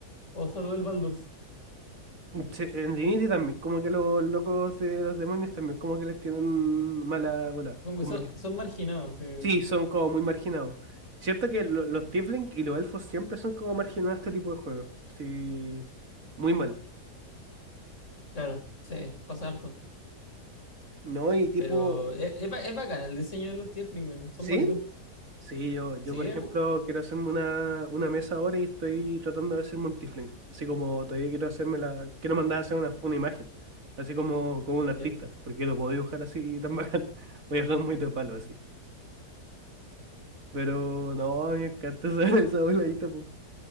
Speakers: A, on the left; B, on the right.
A: o solo del Baldur's.
B: se- en Divinity también, como que los locos de los demonios también, como que les tienen mala bola,
A: Como que
B: como
A: son,
B: que,
A: son marginados, sí.
B: sí, son como muy marginados. Cierto que lo- los tiefling y los elfos siempre son como marginados a este tipo de juegos, sí, muy mal.
A: Claro, sí, pasa harto.
B: No, y tipo,
A: Pero es, es, ba- es bacán el diseño de los Tiefling, weón, son
B: ¿sí?
A: bonitos.
B: Sí, yo, yo
A: Sí,
B: por ejemplo
A: eh,
B: quiero hacerme una, una mesa ahora y estoy tratando de hacerme un tiefling. Así como todavía quiero hacerme la, quiero mandar a hacer una, una imagen, así como, como un
A: ya.
B: artista, porque yo no puedo dibujar así tan bacán. <laughs> Voy a dejar muy de palo así. Pero no, me encanta esa, <laughs> esa voladita, po.